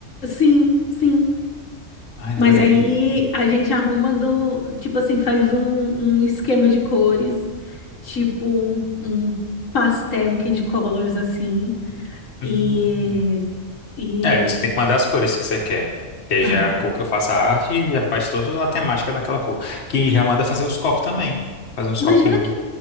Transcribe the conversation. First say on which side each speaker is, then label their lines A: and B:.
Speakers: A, on the left; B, on the left.
A: sim, sim.
B: Ai, adorei.
A: Mas aí
B: E-
A: a gente arruma do, tipo assim, faz um, um esquema de cores, tipo um, um pastel, um candy colors assim, e,
B: Hum.
A: e
B: É, você tem que mandar as cores que você quer. Que aí
A: <laughs>
B: já é a cor que eu faço a arte e já faz toda a temática naquela cor. Que já manda fazer os copos também. Faz uns
A: Imagina
B: copinhos.
A: que.